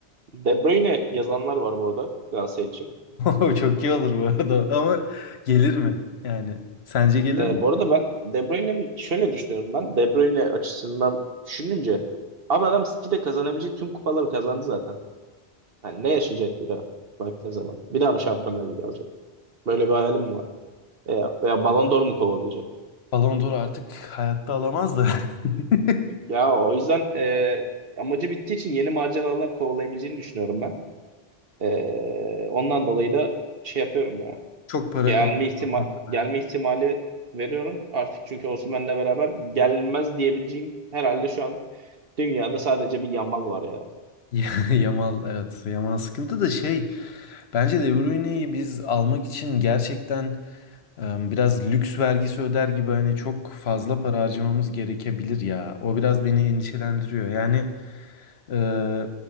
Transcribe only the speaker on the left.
O <laughs> çok iyi olur bu arada. Ama gelir mi? Yani sence gelir
mi?
Ballon d'Or artık hayatta alamaz da. <laughs>
Çok para
konusu.
o konuda.
<laughs> Yamal evet. Yamal sıkıntı da şey. Bence De Bruyne'yi biz almak için gerçekten e, biraz lüks vergisi öder gibi hani çok fazla para harcamamız gerekebilir ya. O biraz beni endişelendiriyor. Yani Ee,